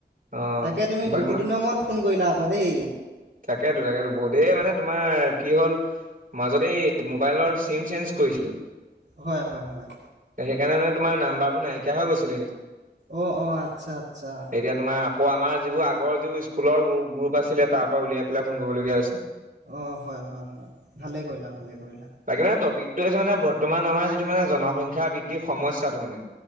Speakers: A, on the right (about 50°); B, on the right (about 80°).
A: অ,
B: তাকে তুমি
A: বাক-মা,
B: বহুত দিনৰ মূৰত ফোন কৰিলা আকৌ দেই।
A: তাকেতো-তাকেতো বহুতদিন মানে তোমাৰ কি হ'ল, মাজতে এ মোবাইলৰ চিম চেঞ্জ কৰিছিলো।
B: হয় হয় হয়।
A: সেইকাৰণে মানে তোমাৰ নাম্বাৰবোৰ নাইকিয়া হৈ গৈছিলেগে।
B: অ, অ, আচ্ছা আচ্ছা।
A: এতিয়া তোমাৰ আকৌ আমাৰ যিবোৰ আগৰ যিবোৰ স্কুলৰ গু গ্ৰুপ আছিলে তাৰ পৰা উলিয়াই তোলে ফোন কৰিব লগীয়া হৈছে
B: অ', হয়, হয়, হয়, ভালে কৰিলা ভালে কৰিলা।
A: তাকে তপিক টো হৈছে মানে বট তোমাৰ <unintelligible> মানে জনসংখ্যা বৃদ্ধিৰ সমস্যা ত মানে।